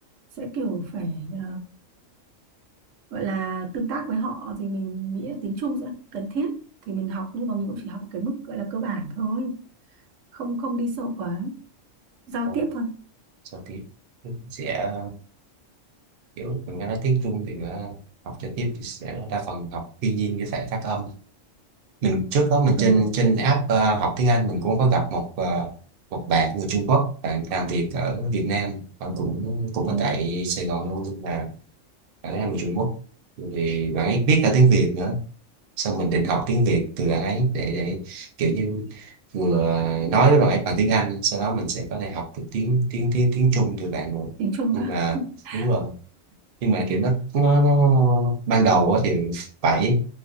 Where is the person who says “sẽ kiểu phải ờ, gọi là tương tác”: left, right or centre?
Right